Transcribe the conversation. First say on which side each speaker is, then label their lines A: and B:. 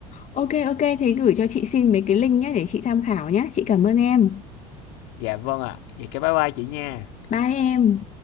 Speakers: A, on the left; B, on the left.
A: Ok ok thế gửi cho chị xin mấy cái link nhé để chị tham khảo nhé. Chị cảm ơn em.
B: Dạ vâng ạ. Vậy cái bye bye chị nha.
A: Bye em.